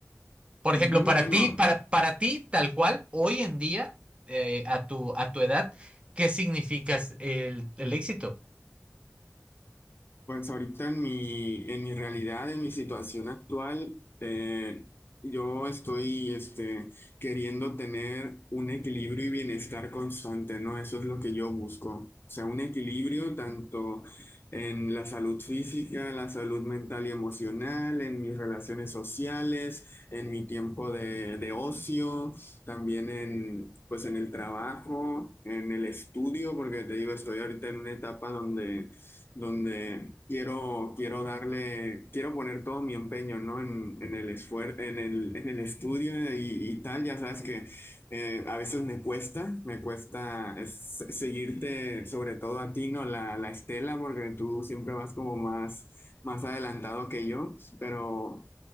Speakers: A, on the right; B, on the left.
A: Por
B: ujú,
A: ejemplo, para
B: bueno.
A: ti, para, para ti, tal cual, hoy en día, eh, a tu, a tu edad, ¿qué significa el, el éxito?
B: Pues ahorita en mi, en mi realidad, en mi situación actual, eh, yo estoy este, queriendo tener un equilibrio y bienestar constante, ¿no? Eso es lo que yo busco. O sea, un equilibrio tanto en la salud física, la salud mental y emocional, en mis relaciones sociales, en mi tiempo de, de ocio, también en, pues en el trabajo, en el estudio, porque te digo, estoy ahorita en una etapa donde donde quiero, quiero darle, quiero poner todo mi empeño, ¿no? En, en el esfuer en el, en el estudio y, y tal. Ya sabes que eh, a veces me cuesta, me cuesta es- seguirte, sobre todo a ti, ¿no? La, la estela, porque tú siempre vas como más, más adelantado que yo, pero,